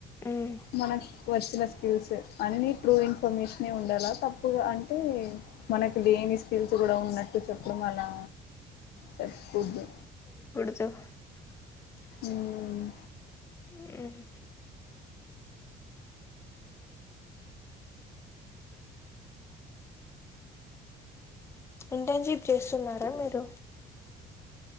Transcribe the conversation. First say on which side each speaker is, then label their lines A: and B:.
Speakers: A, on the left; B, on the left.
A: ఉమ్
B: మన వచ్చిన స్కిల్స్ అన్ని ట్రూ ఇన్ఫర్మేషనే ఉండాలా తప్పుగా అంటే మనకి లేని స్పీల్స్ గూడా ఉన్నట్టు చెప్పడం అలా చెప్పొద్దు
A: చ
B: ఉమ్
A: ఉమ్ ఇంటేన్ షిప్ చేస్తున్నారా మీరు